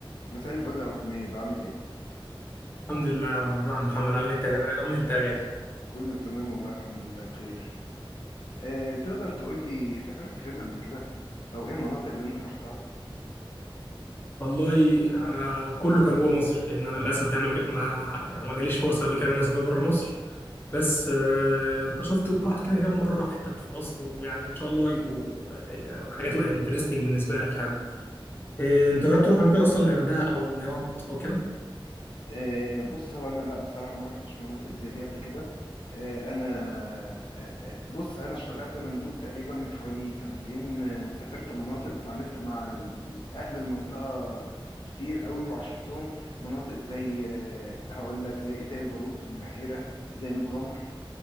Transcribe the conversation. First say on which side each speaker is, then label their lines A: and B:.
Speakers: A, on the left; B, on the left.
A: مساء الفل يا ابو حميد عامل ايه
B: الحمد لله يا عم محمد عامل انت عامل انت يا غالي
A: كله تمام والله الحمد لله بخير أه تقدر تقول لي سافرت فين قبل كده او ايه المناطق اللي انت رحتها
B: والله انا كله كان جوه مصر لان انا للاسف يعني ما جا- ما يعني ما جاليش فرصه قبل كده ان انا اسافر بره مصر بس آه، شفت رحت كده كام مره حتت في مصر ويعني ان شاء الله يبقوا آه، حاجات تبقى انترستنج بالنسبه لك يعني آه، انت جربت تروح قبل كده اصلا الغردقه او دمياط او كده
A: أه بص هو انا لا بصراحة ما رحتش مناطق زي دي قبل كده أه انا أه آه، بص انا اشتغلت مندوب تقريبا من حوالي سنتين أه سافرت مناطق وتعاملت مع ال- اهل المنطقة كتير قوي وعاشرتهم مناطق زي أه هقول لك زي اتاي البارود في البحيرة زي ميت غمر